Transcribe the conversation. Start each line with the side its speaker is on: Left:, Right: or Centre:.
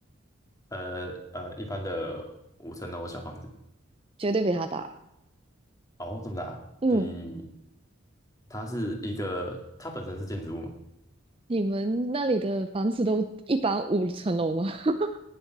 Left: 呃呃，一般的五层楼小房子，
Right: 绝对比它大。
Left: 哦，这么大啊，
Right: 嗯，
Left: 比它是一个，它本身是建筑物嘛，
Right: 你们那里的房子都一般五层楼吗？<laughs>